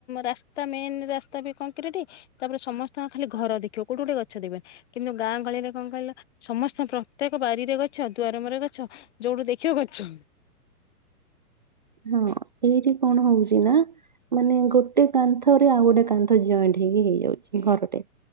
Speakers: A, on the left; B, on the right.
A: ରାସ୍ତା ମେନ୍ ରାସ୍ତା ବି କକ୍ରିଟ ତାପରେ ସମସ୍ତଙ୍କ ଖାଲି ଘର ଦେଖିବ କୋଉଠି ଗୋଟେ ଗଛ ଦେଖିବନି କିନ୍ତୁ ଗାଁ ଗହଳି ରେ କଣ କହିଲା ସମସ୍ତ ପ୍ରତ୍ୟେକ ବାରିରେ ଗଛ ଦୁଆରେ ଅମର ଗଛ ଯୋଉଠୁ ଦେଖି ଛି ଗଛ।
B: ହଁ ଏଇଠି କଣ ହଉଛି ନା ମାନେ ଗୋଟେ କାନ୍ଥରେ ଆଉ ଗୋଟେ କାନ୍ଥ ଜଏଣ୍ଟ ହେଇକି ହେଇଯାଉଛି। ଘରଟେ